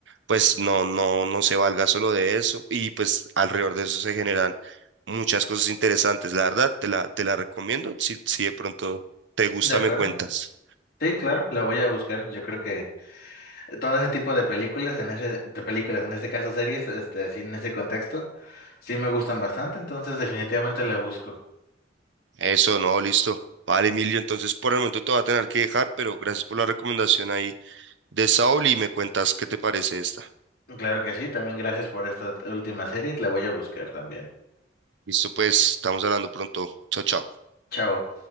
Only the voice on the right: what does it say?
pues no, no, no se valga solo de eso y pues alrededor de eso se generan muchas cosas interesantes, la verdad, te la, te la recomiendo, si, si de pronto te gusta
me cuentas.
Eso, no, listo. Vale, Emilio, entonces por el momento te voy a tener que dejar, pero gracias por la recomendación ahí de Saul y me cuentas qué te parece esta.
Listo, pues, estamos hablando pronto. Chao, chao.